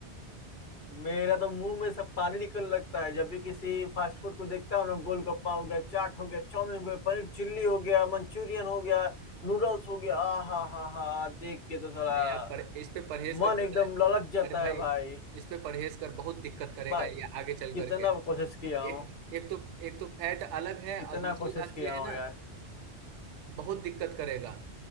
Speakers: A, on the left; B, on the right.
A: मेरा तो मुंह में सब पानी निकल लगता है जब भी किसी फास्ट फूड को देखता हूँ ना गोलगप्पा हो गया चाट हो गया चाउमीन हो गया पनीर चिल्ली हो गया मंचूरियन हो गया नूडल्स हो गया आ हा हा हा देख के तो साला
B: नहीं यार पर इस पे परहेज कर
A: मन
B: पता
A: एकदम
B: है
A: ललक जाता
B: अरे भाई
A: है भाई
B: इस पे परहेज कर बहुत दिक्कत करेगा
A: भाई
B: ये आगे चल
A: कितना
B: करके
A: कोशिश किया हूँ
B: एक एक तो एक तो फैट अलग है
A: कितना
B: और दूसरी
A: कोशिश
B: बात
A: किया
B: ये है
A: हूँ
B: ना
A: यार
B: बहुत दिक्कत करेगा